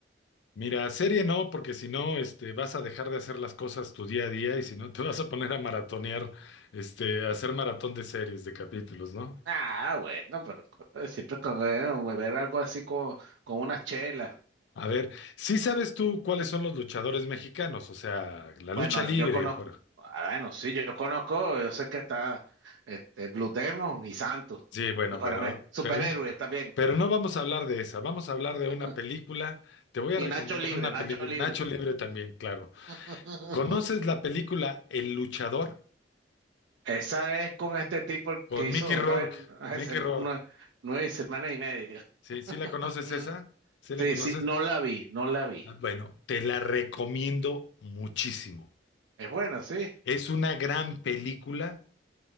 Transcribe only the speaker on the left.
Mira, serie no, porque si no, este, vas a dejar de hacer las cosas tu día a día y si no, te <laughs> vas a poner a maratonear, este, a hacer maratón de series, de capítulos, ¿no?
A ver, ¿sí sabes tú cuáles son los luchadores mexicanos? O sea, la
lucha libre.
Por...
Sí, bueno,
pero,
pero,
pero no vamos a hablar de esa. Vamos a hablar de
una película. Te voy a
recomendar
una
película,
Nacho Libre también, claro.
¿Conoces la película El Luchador?
Con
Mickey Rourke,
Mickey
Rourke.
Sí,
sí la conoces
esa, sí la
conoces.
Ah, Bueno, te la recomiendo muchísimo.
Es una gran película,